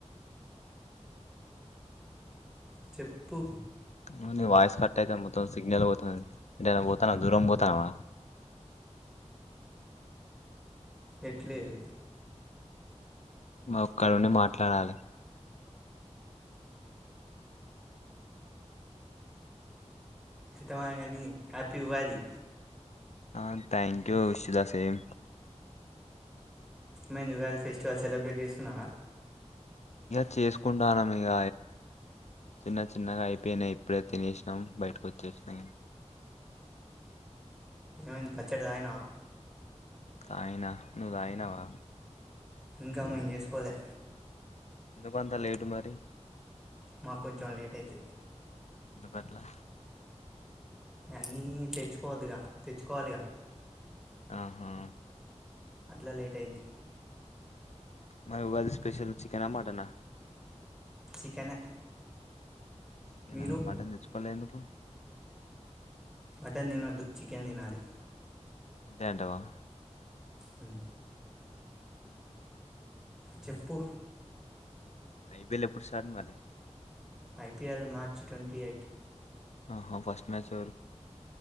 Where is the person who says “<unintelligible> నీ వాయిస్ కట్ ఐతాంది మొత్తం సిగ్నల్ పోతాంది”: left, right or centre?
Left